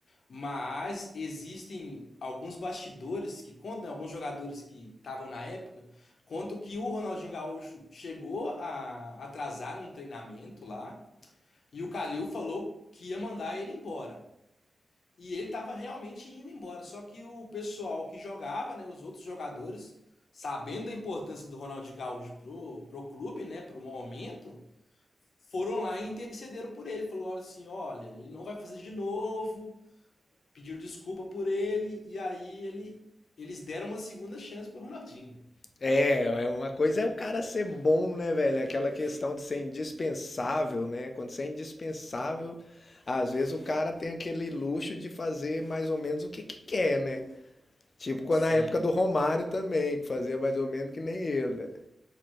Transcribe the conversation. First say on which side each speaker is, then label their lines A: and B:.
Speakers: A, on the left; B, on the left.
A: Mas existem alguns bastidores que contam, né, alguns jogadores que estavam na época, contam que o Ronaldinho Gaúcho chegou a atrasar um treinamento lá e o Calil falou que ia mandar ele embora. E ele estava realmente indo embora. Só que o pessoal que jogava, né, os outros jogadores, sabendo da importância do Ronaldinho Gaúcho pro, pro clube, né, pro momento, foram lá e intercederam por ele. Falaram assim: olha, ele não vai fazer de novo. Pediram desculpa por ele. E aí ele, eles deram uma segunda chance pro Ronaldinho.
B: É, é uma coisa é o cara ser bom, né, velho? Aquela questão de ser indispensável, né? Quando você é indispensável, às vezes o cara tem aquele luxo de fazer mais ou menos o que que quer, né? Tipo quando
A: Sim.
B: na época do Romário também, que fazia mais ou menos que nem ele. né?